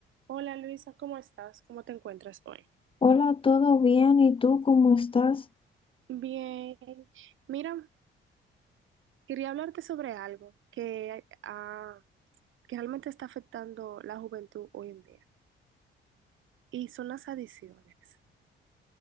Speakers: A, on the right; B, on the left.
A: Hola Luisa, ¿cómo estás? ¿Cómo te encuentras hoy?
B: Hola, ¿todo bien? ¿Y tú cómo estás?
A: Bien. Mira, quería hablarte sobre algo que, ah, que realmente está afectando la juventud hoy en día y son las adicciones.